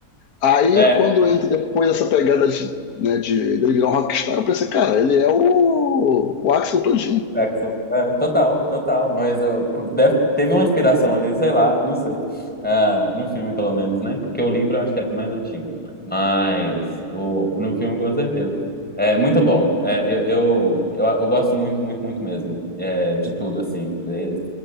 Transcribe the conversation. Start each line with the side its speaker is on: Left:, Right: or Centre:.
Left: Aí,
Centre: é
Left: quando entra depois essa pegada de, né, de, de ele virar um rockstar, eu pensei, cara, ele é o, o Axel todinho.
Centre: Jackson. É, total, total. Mas ó, p- deve- teve uma inspiração ali, sei lá, não sei. Ah, no filme, pelo menos, né? Porque o livro eu acho que é mais antigo. Mas o, no filme, com certeza. É muito bom. É, eu, eu, eu, eu gosto muito, muito, muito mesmo. É, de tudo, assim. Eles-